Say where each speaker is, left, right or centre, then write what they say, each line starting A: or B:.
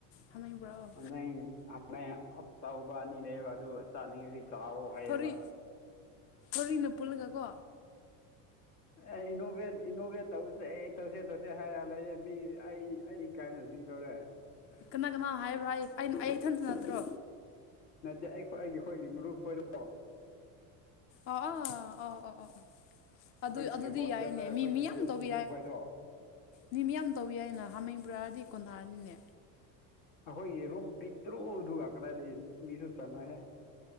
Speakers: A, on the left; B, on the left.
A: ꯍꯥꯃꯦꯡ ꯄꯨꯔꯛꯑꯣ
B: ꯍꯥꯃꯦꯡ ꯍꯥꯃꯦꯡ ꯑꯆꯧꯕ ꯑꯅꯤ ꯂꯩꯕ ꯑꯗꯨ ꯆꯥꯅꯤꯡꯗꯤ ꯆꯥꯑꯣ ꯍꯥꯏꯌꯦ
A: ꯇꯔꯤ
B: <inaudible>
A: ꯀꯣꯔꯤꯅ ꯄꯨꯜꯂꯒ ꯀꯣ
B: ꯑꯦ ꯏꯅꯣꯒꯦꯠ ꯏꯅꯣꯒꯦꯠ ꯇꯧꯁꯦ ꯑꯩ ꯇꯧꯁꯦ ꯇꯧꯁꯦ ꯍꯥꯏꯔ ꯂꯩꯌꯦꯦ ꯃꯤ ꯑꯩ ꯑꯩ ꯏꯀꯥꯏꯕꯅ ꯁꯤꯗꯧꯔꯦ
A: ꯀꯅ ꯀꯅꯥ ꯍꯥꯏꯕ꯭ꯔꯣ ꯑꯩ ꯑꯩ ꯏꯊꯟꯇ ꯅꯠꯇ꯭ꯔꯣ
B: ꯅꯠꯇꯦ ꯑꯩ ꯑꯩꯒꯤ ꯑꯩꯈꯣꯏꯒꯤ ꯃꯔꯨꯞ ꯈꯣꯏꯔꯣ
A: ꯑꯣ ꯑꯣ ꯑꯣ ꯑꯣ ꯑꯣ ꯑꯗꯨ
B: ꯑꯩꯈꯣꯏꯒꯤ
A: ꯑꯗꯨꯗꯤ
B: ꯍꯣꯁꯇꯦꯜꯗ
A: ꯌꯥꯏꯅꯦ
B: ꯑꯩꯈꯣꯏꯒꯤ
A: ꯃꯤ ꯃꯤꯌꯥꯝ
B: ꯃꯔꯨꯞ
A: ꯇꯧꯕ
B: ꯃꯔꯨꯞ
A: ꯌꯥꯏ
B: ꯍꯥꯏꯗꯣ
A: ꯃꯤ ꯌꯥꯝ ꯇꯧ ꯌꯥꯏꯅ ꯍꯥꯃꯩ ꯕ꯭ꯔꯥꯔꯗꯤ ꯀꯣꯟꯊꯥꯔꯅꯤꯅꯦ
B: ꯑꯩꯈꯣꯏꯒꯤ ꯔꯨꯝ ꯄꯤꯛꯇ꯭ꯔꯨ ꯑꯗꯨꯒ ꯀꯗꯥꯏꯗꯒꯤ ꯃꯤꯁꯨ ꯆꯠꯟꯅꯣꯏꯍꯦ